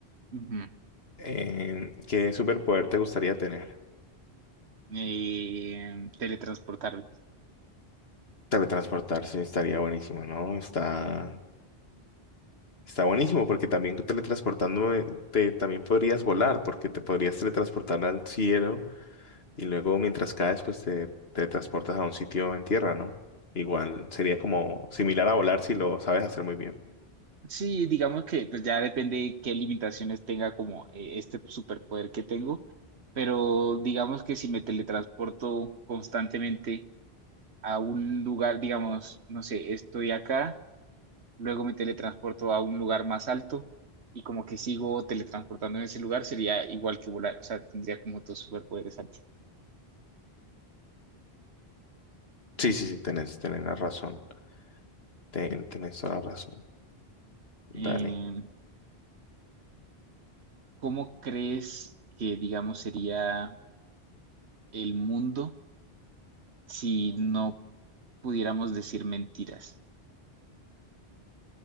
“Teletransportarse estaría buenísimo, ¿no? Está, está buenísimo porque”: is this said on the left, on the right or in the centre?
Left